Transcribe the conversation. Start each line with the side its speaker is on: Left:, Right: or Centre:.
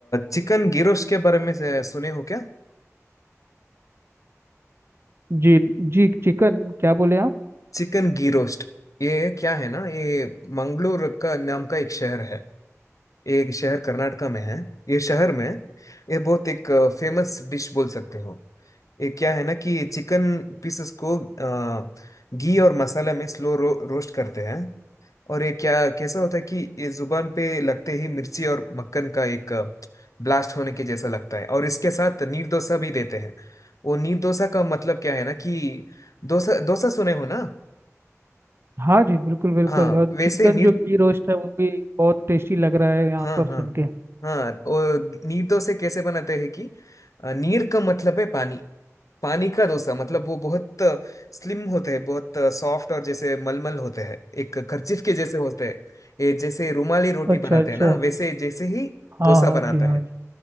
Left: चिकन घी रोस्ट के बारे में से- सुने हो क्या
Right: जी जी चिकन क्या बोले आप
Left: Chicken ghee roast ये क्या है ना ये मंगलोर का नाम का एक शहर है ये एक शहर कर्नाटका में है ये शहर में ये बहुत एक फेमस डिश बोल सकते हो ये क्या है ना कि चिकन पीसेस को अ, घी और मसाला में स्लो रो, रोस्ट करते हैं और ये क्या कैसा होता है कि ये जुबान पे लगते ही मिर्ची और मक्खन का एक ब्लास्ट होने के जैसा लगता है और इसके साथ नीर डोसा भी देते हैं वो नीर डोसा का मतलब क्या है ना कि डोसा डोसा सुने हो ना
Right: हाँ जी बिल्कुल बिल्कुल
Left: हाँ
Right: और
Left: वैसे
Right: चिकन
Left: नीर
Right: जो घी रोस्ट है वो भी बहुत टेस्टी लग रहा है यहाँ
Left: हाँ
Right: पर
Left: हाँ
Right: सुन के
Left: हाँ और नीर से कैसे बनाते हैं कि अ, नीर का मतलब है पानी पानी का डोसा मतलब वो बहुत स्लिम होते हैं बहुत सॉफ्ट और जैसे मलमल होते हैं एक कर्चिफ के जैसे होते हैं ये जैसे रुमाली रोटी
Right: अच्छा
Left: बनाते
Right: अच्छा
Left: हैं ना वैसे जैसे ही
Right: हाँ
Left: डोसा
Right: हाँ
Left: बनाता
Right: जी हाँ
Left: है
Right: जी